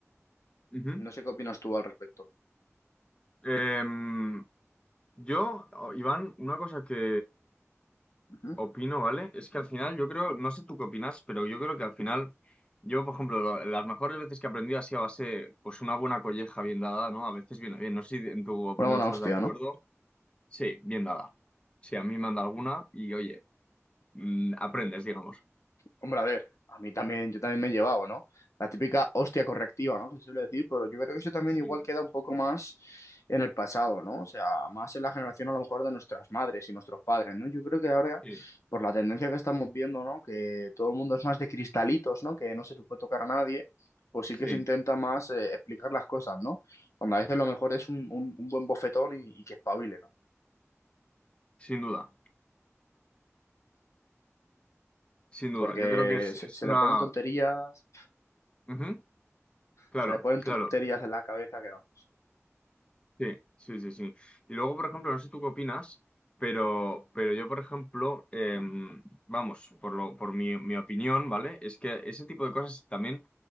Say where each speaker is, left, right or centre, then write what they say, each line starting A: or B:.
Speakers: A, on the left; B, on the left.
A: ujú.
B: No sé qué opinas tú al respecto.
A: Em, Yo, o- Iván, una cosa que
B: Ujú.
A: opino, ¿vale? Es que al final yo creo, no sé tú qué opinas, pero yo creo que al final, yo, por ejemplo, lo- las mejores veces que he aprendido ha sido a base, pues una buena colleja bien dada, ¿no? A veces viene bien, no sé si en tu opinión
B: Una buena
A: estás
B: hostia,
A: de acuerdo.
B: ¿no?
A: Sí, bien dada. Sí, a mí me han dado alguna y oye, mm, aprendes, digamos.
B: Hombre, a ver, a mí también, yo también me he llevado, ¿no? La típica hostia correctiva, ¿no? se suele decir, pero yo creo que eso también
A: Sí,
B: igual queda un poco más en el pasado, ¿no? O sea, más en la generación a lo mejor de nuestras madres y nuestros padres, ¿no? Yo creo que ahora,
A: sí,
B: por la tendencia que estamos viendo, ¿no? Que todo el mundo es más de cristalitos, ¿no? Que no se le puede tocar a nadie, pues sí
A: sí,
B: que se intenta más eh, explicar las cosas, ¿no? Cuando a veces lo mejor es un, un- un buen bofetón y, y que espabile, ¿no?
A: sin duda, sin duda.
B: Porque
A: Yo creo que es,
B: se,
A: es
B: se
A: una...
B: le ponen tonterías,
A: Ujú, claro,
B: se le ponen
A: claro.
B: tonterías en la cabeza que vamos.
A: Sí, sí, sí, sí. Y luego, por ejemplo, no sé tú qué opinas, pero, pero yo, por ejemplo, em, vamos, por lo, por mi, mi opinión, ¿vale? Es que ese tipo de cosas también